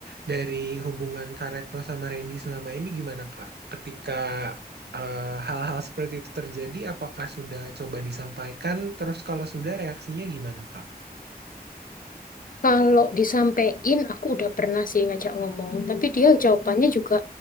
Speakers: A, on the right (about 90°); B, on the left (about 60°).
A: dari hubungan Kak Retno sama Randy selama ini gimana Kak? Ketika eh, hal-hal seperti itu terjadi, apakah sudah coba disampaikan? Terus kalau sudah reaksinya gimana, Kak?
B: Kalau disampein, aku udah pernah sih ngajak ngomong, tapi dia jawabannya juga